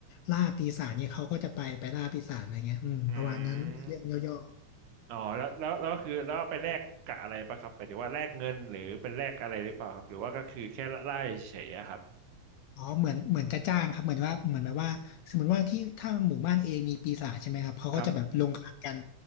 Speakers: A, on the left; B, on the right.
A: ล่าปีศาจเนี่ยเขาก็จะไปไปล่าปีศาจอะไรเงี้ยอืมประมาณนั้นเรื่องย่อ
B: อืมอ๋อแล้วแล้วแล้วก็คือแล้วเอาไปแลกกับอะไรปะครับหมายถึงว่าแลกเงินหรือเป็นแลกอะไรหรือเปล่าครับหรือว่าก็คือแค่ไล่เฉยๆอะครับ
A: ๆอ๋อเหมือนเหมือนจะจ้างครับเหมือนว่าเหมือนแบบว่าสมมติว่าที่ถ้าหมู่บ้านเอมีปีศาจใช่ไหมครับเขาก็จะแบบลงขันกัน
B: ครับ